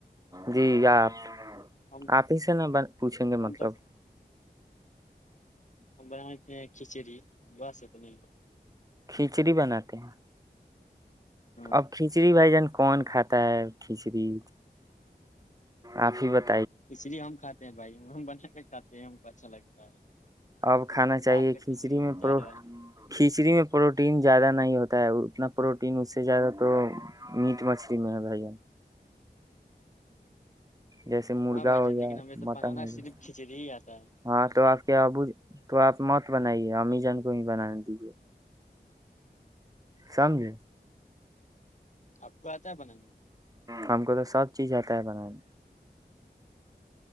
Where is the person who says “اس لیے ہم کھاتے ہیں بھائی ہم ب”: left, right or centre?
Left